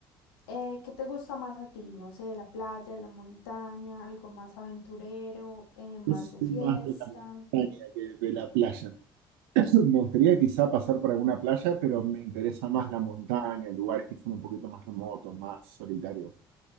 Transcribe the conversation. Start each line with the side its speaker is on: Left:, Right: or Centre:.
Left: eh, ¿qué te gusta más a ti? No sé, la playa, la montaña, algo más aventurero, eh, más
Right: Yo soy
Left: de fiesta.
Right: más de la montaña que de la playa. <clears throat> Me gustaría quizá pasar por alguna playa, pero me interesa más la montaña, lugares que son un poquito más remotos, más solitarios.